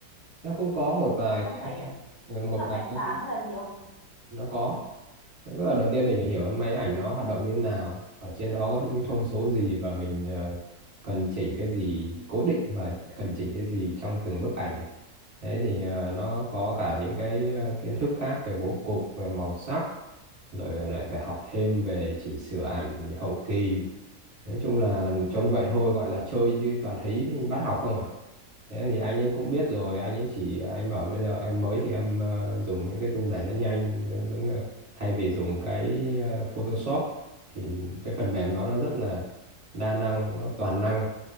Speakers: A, on the right (about 25°); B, on the left (about 85°).
A: nó cũng có một vài
B: Có cần
A: cái
B: phải
A: một
B: thiết lập
A: vài
B: ánh
A: cái
B: sáng hay là gì không?
A: nó có Tức là đầu tiên mình phải hiểu máy ảnh nó hoạt động như thế nào, ở trên đó có những thông số gì và mình ờ, cần chỉnh cái gì cố định và cần chỉnh cái gì trong từng bức ảnh. Đấy thì ờ, nó có cả những cái ờ, kiến thức khác về bố cục, về màu sắc, rồi lại phải học thêm về chỉnh sửa ảnh hậu kỳ nói chung là trông vậy thôi gọi là chơi chứ toàn thấy bắt học không à thế thì anh ấy cũng biết rồi anh ấy chỉ anh bảo bây giờ em mới thì em ờ, dùng những cái tool này nó nhanh em giống như là thay vì dùng cái ờ, Photoshop thì cái phần mềm đó nó rất là đa năng nó toàn năng